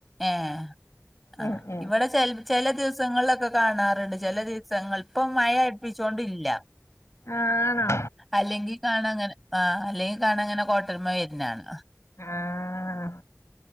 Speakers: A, in the centre; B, on the left.
A: ഏഹ് ആഹ്
B: ഉം ഉം
A: ഇവടെ ചെൽ ച്ചെല ദിവസങ്ങൾലൊക്കെ കാണാറ്ണ്ട് ച്ചെലദിവസങ്ങൾ ഇപ്പം മഴ അട്പ്പിച്ചോണ്ടില്ല.
B: ആണോ
A: അല്ലെങ്കി കാണങ്ങനെ ആഹ് അല്ലെങ്കി കാണങ്ങനെ കോട്ടര്മ വെര്ന്നാണ.
B: ആഹ്